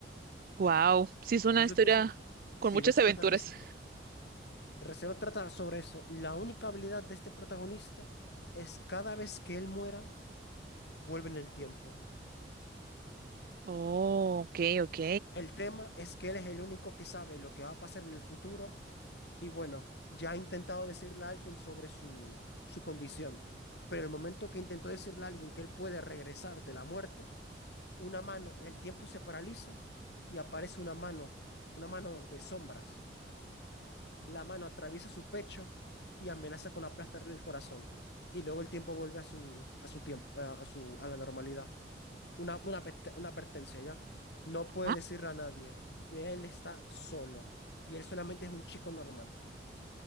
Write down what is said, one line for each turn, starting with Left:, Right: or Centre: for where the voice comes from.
Right: Wow. Sí, es una
Left: Eso,
Right: historia
Left: eso, Sí,
Right: con muchas
Left: de eso
Right: aventuras.
Left: trata Re:Zero. Re:Zero trata sobre eso. La única habilidad de este protagonista es cada vez que él muera, vuelve en el tiempo.
Right: Oh, ok, ok.
Left: El tema es que él es el único que sabe lo que va a pasar en el futuro y bueno, ya ha intentado decirle a alguien sobre su, su condición, pero el momento que intentó decirle a alguien que él puede regresar de la muerte, una mano, el tiempo se paraliza y aparece una mano, una mano de sombras. La mano atraviesa su pecho y amenaza con aplastarle el corazón. Y luego el tiempo vuelve a su, a su tiempo, a a su, a la normalidad. Una, una, adverte- una advertencia ya. No puede
Right: Ah,
Left: decirle a nadie. Él está solo. Y él solamente es un chico normal.